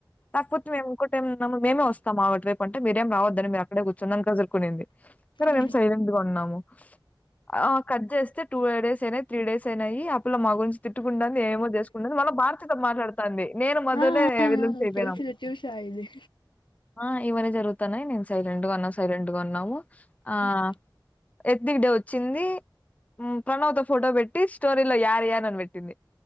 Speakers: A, on the left; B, on the left.
A: ఆహ్ పుతువేం. అంటే మము మేము వస్తాం అటూ వైపు అంటే మీరేం రావద్దని మీరు అక్కడే కూర్చోండి అని కసురుకునింది. సరే
B: ఉమ్
A: మేము సైలెంట్ గా ఉన్నాము. ఆహ్ కట్ చేస్తే. టూ డేస్ అయినవి త్రీ డేస్ అయినవి ఆ పిల్ల మా గురించి తిట్టుకుంటోంది. ఏమో చేసుకున్నది మళ్ళ భారతీతో మాట్లాడుతంది నేను మదునే
B: ఆ ఆ
A: విలన్స్
B: ఆ
A: అయిపోయినం.
B: తెలుసులే చూసా ఇది
A: ఆహ్ ఇవన్నీ జరుగుతున్నాయి నేను సైలెంట్ గా ఉన్నా సైలెంట్ గా ఉన్నాము ఆహ్.
B: ఉమ్,
A: ఎత్నిక్ డే వచ్చింది ఉమ్ ప్రణవ్ తో ఫోటో పెట్టి స్టోరీలో యారు యే అని పెట్టింది.